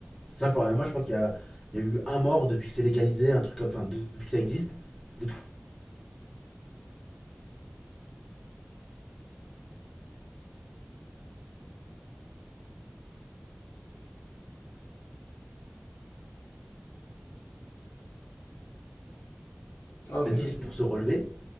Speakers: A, in the centre; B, on the left (about 75°).
A: Simple, en MMA, je crois qu'il y a, il y a eu un mort depuis que c'est légalisé, un truc comme. Enfin, depuis que ça existe. Depuis
B: Ah, mais
A: dix
B: oui.
A: pour se relever.